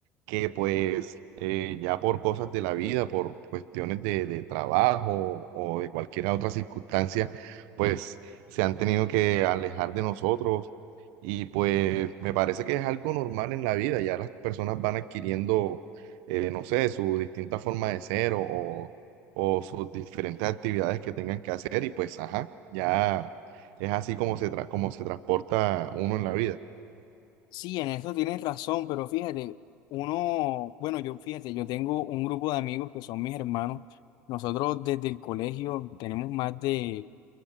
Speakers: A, on the right (about 70°); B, on the left (about 60°).
A: que pues eh, ya por cosas de la vida, por cuestiones de, de trabajo o de cualquier otra circunstancia, pues se han tenido que alejar de nosotros y pues me parece que es algo normal en la vida, ya las personas van adquiriendo, eh, no sé, su distinta forma de ser o, o- o sus diferentes actividades que tengan que hacer y pues, ajá, ya es así como se, tra- como se transporta uno en la vida.
B: Sí, en eso tienes razón, pero fíjate, uno, bueno, yo fíjate, yo tengo un grupo de amigos que son mis hermanos. Nosotros desde el colegio tenemos más de